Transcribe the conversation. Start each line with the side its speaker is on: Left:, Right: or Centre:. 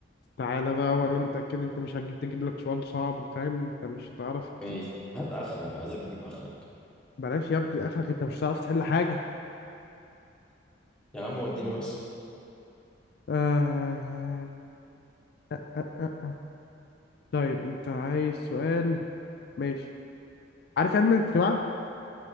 Left: تعالى بقى وانا متأكد انت مش هتجيب تجيب لك سؤال صعب فاهم انت مش هتعرف
Centre: ماشي
Left: ت-
Centre: هات اخرك انا عايزك تجيب اخرك
Left: بلاش يا ابني اخرك انت مش هتعرف تحل حاجة
Centre: يا عم وديني بس
Left: آه... آه... آه... آه. طيب انت عايز سؤال ماشي عارف علم الاجتماع